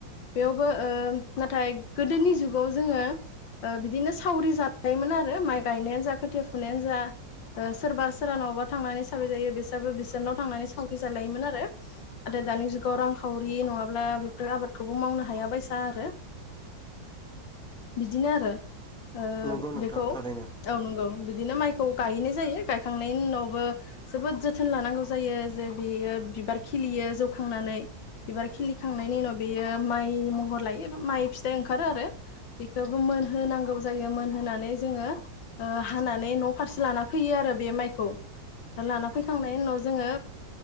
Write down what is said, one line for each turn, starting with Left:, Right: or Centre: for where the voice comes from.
Left: बेयावबो नाथाय गोदोनि जुगाव जोङो ओ बिदिनो सावरि जायोमोन आरो माइ गायनायानो जा खोथिया फुनायानो जा सोरबा सोरबा न'बा थांनानै सावरि जायो बे दाबो बिसोरनाव थांनानै सावरि जालायोमोन आरो आरो नाथाय दानि जुगाव रांखावरि नङाब्ला बेफोर आबादखौबो मावनो हाया बायसा आरो बिदिनो आरो ओ बिदिनो आरो
Centre: नंगौ
Left: ओ
Centre: नोंथां
Left: बेखौ
Centre: थारैनो
Left: औ नंगौ बिदिनो माइखौ गायैनाय जायो गायखांनायनि उनावबो जोबोद जोथोन लानांगौ जायो जे बियो बिबार खिलियो जौखांनानै बिबार खिलिखांनायनि उनाव बेयो माइ महर लायो माइ फिथाइ ओंखारो आरो बेखौबो मोनहोनांगौ जायो मोनहोनानै जोङो हानानै न' फारसे लाना फैयो आरो बे माइखौ आरो लाना फैखांनायनि उनाव जोङो